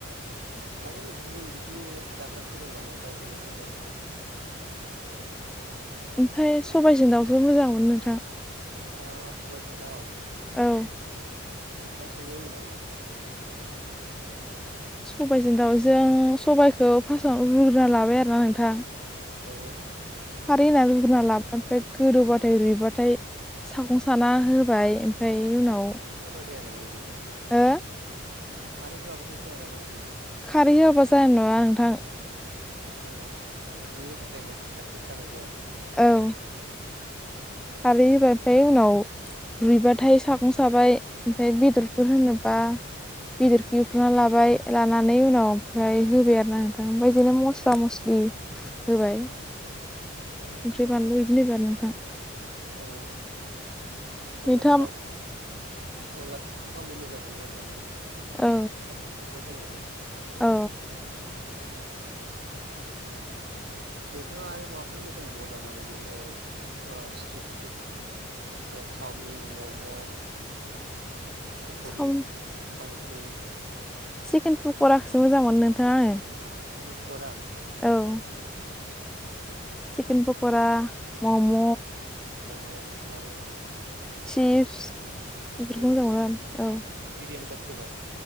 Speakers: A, on the right (about 50°); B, in the centre.
A: आरो गुबुन बिदि जाग्राफोर दं नामा जायखौनो मोजां मोनो
B: ओमफ्राय सबायाइजों दाउजो मोजां मोनो नोंथां
A: ओ सबायजोंं दाउ
B: औ
A: नोंथाङा संनो रोङो नामा?
B: सबायाइजों दाउजों सबायाइखौ फासाव रुग्रोना लाबाय आरोना नोंथां।
A: औ औ
B: खारै होननानै रुग्रोना लाबाय ओमफ्राय गोदौबाथाय रुइबाथाय सागं साना होबाय ओमफ्राय उनाव
A: <unintelligible> बेयो
B: हो
A: खारै होआ बाथाय जाया नामा बियो?
B: खारै होआबा जानाय नङा नोंथां।
A: ओ <unintelligible> थाखाय खारैखौ होखानांगौ आरो
B: औ खारै होबाथाय उनाव रुइबाथाय सागं साबाय ओमफ्राय बेदरफोर होनोबा बेदरखो एवफ्रांना लाबाय लानानै उनाव ओमफ्रायाय होबाय आरोना नोंथां ओमफ्राय बिदिनो मस्ला मस्लि <unintelligible> होबाय
A: अ आटसा
B: संख्रि बानलु बिदिनो होबाय आरो नोंथां
A: औ औ
B: नोंथाङा
A: <inaudible> अनलाजों दाउजों अनलाजों दाउखौ आंबो मोजां मोनोमोन जानो।
B: औ
A: खारै संनो रोङामोन
B: औ
A: नोंथाङा आरो माबाफोर मोजां मोनबावो नामा इदिनो ओ स्ट्रिट फुड? ओ चाउमिन म'म' फखरि
B: साम
A: पानिफुरि
B: चिकेन पकराखोसो मोजां मोनो नोंथां आङो
A: चिकिन पकरा
B: औ चिकिन पक'रा मम'
A: पकरा मम' <unintelligible> आरो
B: सिप्स बेफोरखौ
A: चिप्स
B: मोजां मोनो औ
A: बिरियानि जाफेरबाय?